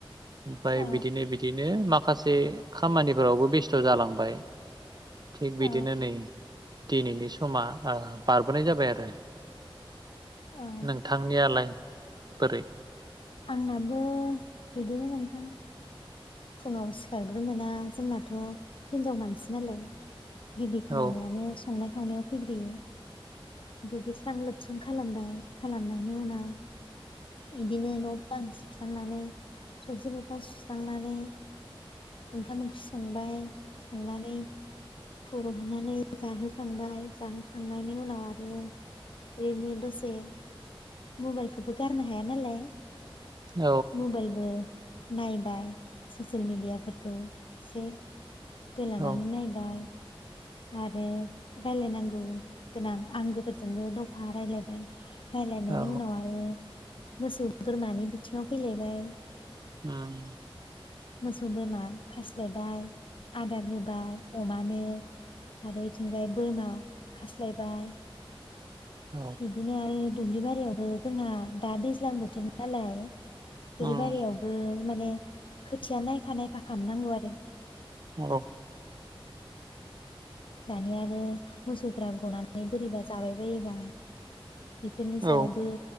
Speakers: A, on the right (about 45°); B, on the left (about 65°).
A: ओमफाय
B: औ
A: बिदिनो बिदिनो माखासे खामानिफोरावबो बेस थ' जालांबाय थिग
B: औ
A: बिदिनो नै दिनैनि समा ओ बारबोनाय जाबाय आरो।
B: औ
A: नोंथांनियालाय बोरै
B: आंनाबो बिदिनो नोंथां फुङाव सिखारग्रोमोना जोंनाथ' हिनजाव मानसि नालाय गिबि खामानियानो
A: औ
B: संनाय खावनायाव फैग्रोयो। दुगैस्रां लोब स्रां खालामबाय खालामनायनि उनाव इदिनो न' बां सुस्रांनानै थोरसि लथा सुस्रांनानै ओंखाम ओंख्रि संबाय संनानै खुरहनानै जाहोखांबाय जाहोखांनायनि उनाव आरो ओरैनो दसे मबाइलखौबो गारनो हाया नालाय
A: औ
B: मबाइलबो नायबाय ससियेल मिडियाफोरखौ एसे बोलानानै
A: औ
B: नायबाय आरो रायलायनांगौ गोनां आंगोफोरजोंबो दफा रायलायबाय रायलायनायनायनि
A: औ
B: उनाव आरो मोसौ बोरमानि बिथिङाव फैलायबाय
A: उम
B: मोसौ बोरमा खास्लायबाय आदार होबाय अमानो आरो बेथिंजाय बोरमा खास्लायबाय
A: औ
B: बिदिनो आरो दुब्लि बारियावबो जोंहा दा दै दैज्लां बोथोर नालाय
A: उम
B: दुरबारियावबो माने खोथिया नायफा नायफा खालामामनांगौ आरो
A: औ
B: दानिया आरो मोसौफ्रा गनानै बोरैबा जाबाय बायोबा बेफोरनि
A: औ
B: सायावबो